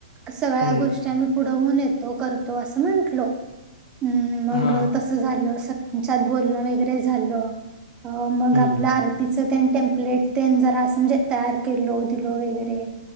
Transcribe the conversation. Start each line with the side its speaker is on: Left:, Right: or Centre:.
Right: सगळ्या
Left: हम्म
Right: गोष्टी आम्ही पुढवून येतो करतो असं म्हंटलो. हम् मग
Left: हा
Right: तसं झालं सच्यात बोलणं वगैरे झालं. अ मग
Left: हम्म
Right: आपल्या आरतीच टेम्पलेट ते जरा समजे तयार केलो दिलो वेगरे